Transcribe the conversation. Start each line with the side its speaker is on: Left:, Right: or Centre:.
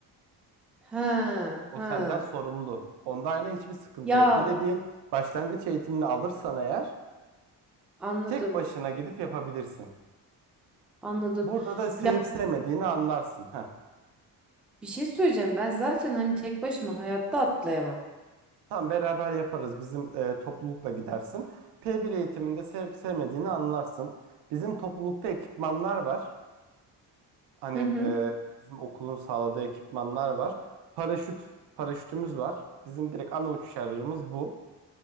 Centre: Ha
Right: O
Centre: ha.
Right: senden sorumlu. Onda aynı hiçbir sıkıntı
Centre: Ya
Right: yok. Bu dediğin başlangıç eğitimini alırsan eğer
Centre: anladım,
Right: tek başına gidip yapabilirsin.
Centre: anladım.
Right: Burada da sevip
Centre: Ya
Right: sevmediğini anlarsın. Heh.
Centre: bir şey söyleyeceğim. Ben zaten hani tek başıma hayatta atlayamam.
Right: Tam beraber yaparız. Bizim e, toplulukla gidersin. P1 eğitiminde sevip sevmediğini anlarsın. Bizim toplulukta ekipmanlar var. Hani
Centre: Hı hı.
Right: e, bizim okulun sağladığı ekipmanlar var. Paraşüt, paraşütümüz var. Bizim direkt ana uçuş aracımız bu.